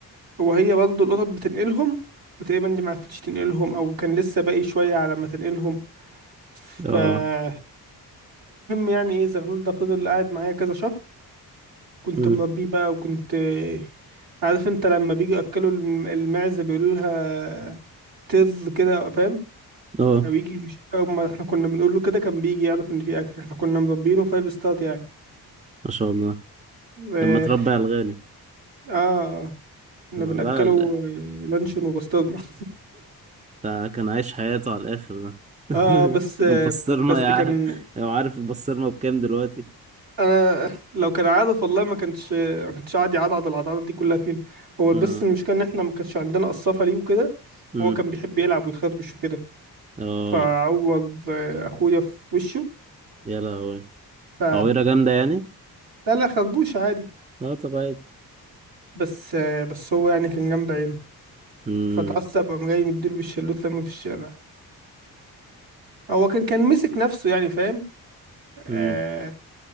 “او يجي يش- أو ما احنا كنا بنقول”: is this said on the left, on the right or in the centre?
Right